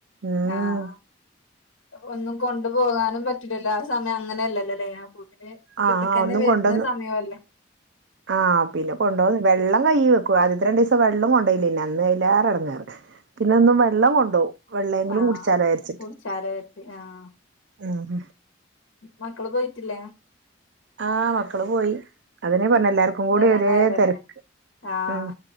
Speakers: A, on the right; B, on the left.
A: ഉം
B: ആഹ് ഒന്നും കൊണ്ടുപോകാനും പറ്റുലല്ലോ ആ സമയം അങ്ങനെയെല്ലല്ലലേ അപ്പോത്തിന് വീട്ട്ക്കന്നെ
A: ആഹ് ഒന്നും
B: വരുന്ന
A: കൊണ്ടന്ന്
B: സമയല്ലേ
A: ആഹ് പിന്നെ കൊണ്ടോന്ന് വെള്ളം കയ്യ് വെക്കും. ആദ്യത്തെ രണ്ടീസം വെള്ളം കൊണ്ടോയിലെയ്ന് അന്ന് അയ്ലേറെ എടങ്ങേറ് പിന്നെന്നും വെള്ളം കൊണ്ടോവും. വെള്ളേങ്കിലും
B: ആഹ്
A: കുടിച്ചാലോ യാര്ച്ചിട്ട്
B: കുടിച്ചാലോ കരുതി ആഹ്
A: ഉം
B: മക്കള് പോയിട്ടില്ലേ?
A: ആഹ് മക്കള് പോയി. അതന്നെ പർഞ്ഞ്
B: ഉം
A: എല്ലാർക്കും കൂടി
B: വരാനായല്ലോല്ലേ
A: ഒരേ തെര്ക്ക്
B: ആഹ്
A: ഉം